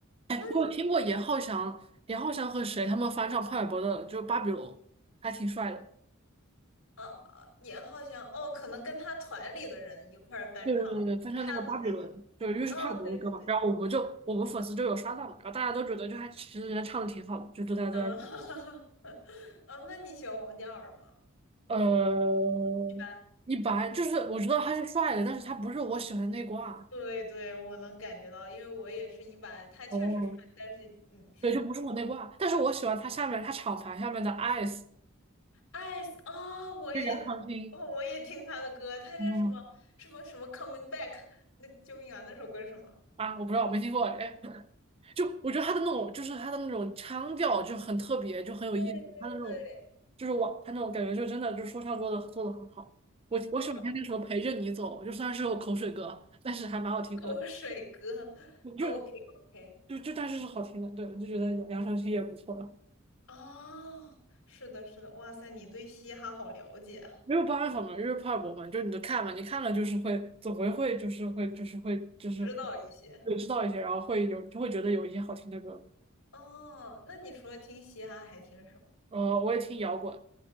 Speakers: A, on the right; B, on the left.
A: 哎，
B: 那你
A: 我有听过严浩翔，严浩翔和谁他们翻唱潘玮柏的，就是《巴比伦》，还挺帅的。
B: 哦，啊也好像哦，可能跟他团里的人一块儿翻唱看的那个。
A: 对对对，对翻唱那个《巴比伦》，就是因为是潘玮柏的歌嘛，
B: 哦，对对对，
A: 然后我们就我们粉丝就有刷到嘛，然后大家都觉得就还其实人家唱的挺好的，就都在在。
B: 嗯，<laughs> 哦，那你喜欢王嘉尔吗？
A: 呃，
B: 一般。
A: 一般就是我知道他是帅的，但是他不是我喜欢的内挂。
B: 对对，我能感觉到，因为我也是一般，他确实帅，
A: 哦，
B: 但是嗯。
A: 对，就不是我内挂，但是我喜欢他下面他厂牌下面的 Ice
B: Ice 哦，我也
A: 就杨长青。
B: 哦，我也听他的歌，他这什么什么什么
A: 嗯
B: Coming Back，那个救命啊，那首歌是什么？
A: 啊，我不知道，我没听过哎。<laughs> 就我觉得他的那种，就是他的那种腔调就很特别，就很有意思。
B: 对对对，
A: 他的那种，就是我他那种感觉，就真的就说唱做的做的很好。我我喜欢听那首《陪着你走》，
B: 嗯，
A: 就虽然是首口水歌，但是还蛮好听的。
B: 口水歌，OK
A: 就
B: OK，
A: 就就但是是好听的，对，我就觉得杨杨长青也不错。
B: 哦，是的，是的，哇塞，你对嘻哈好了解啊，
A: 没有办法嘛，因为怕我们就你就看嘛，你看了就是会，总归会就是会就是会就是
B: 知道一些
A: 会知道一些，然后会有就会觉得有一些好听的歌。
B: 哦。那你除了听嘻哈，还听什么？
A: 呃，我也听摇滚，